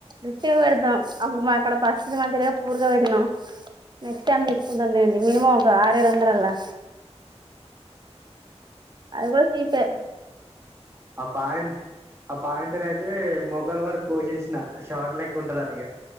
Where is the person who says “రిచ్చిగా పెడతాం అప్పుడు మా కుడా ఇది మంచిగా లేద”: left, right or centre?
Right